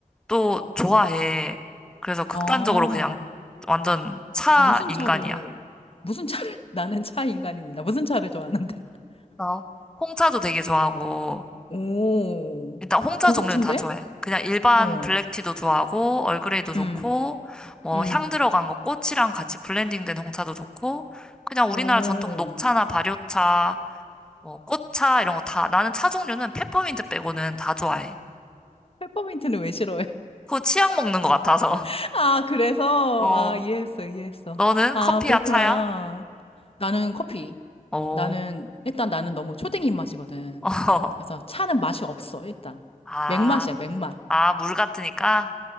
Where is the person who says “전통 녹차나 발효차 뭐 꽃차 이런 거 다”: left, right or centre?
Centre